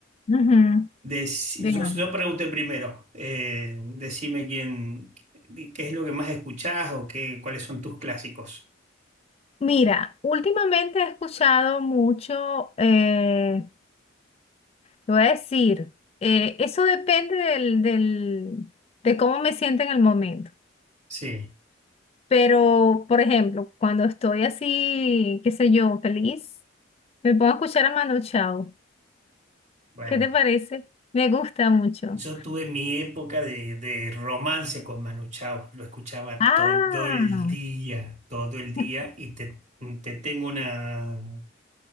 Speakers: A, on the left; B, on the right.
A: Ujú,
B: Dec-
A: Veamos.
B: yo, yo pregunté primero, eh, decime quién, qué es lo que más escuchás o qué, cuáles son tus clásicos.
A: Mira, últimamente he escuchado mucho, eh, te voy a decir, eh, eso depende del, del- de cómo me siento en el momento.
B: Sí,
A: Pero, por ejemplo, cuando estoy así, qué sé yo, feliz, me pongo a escuchar a Manu Chao.
B: bueno.
A: ¿Qué te parece? Me gusta mucho.
B: Yo tuve mi época de, de romance con Manu Chao, lo escuchaba
A: Ah.
B: todo el día, todo el día,
A: <laughs>
B: y te, te tengo una,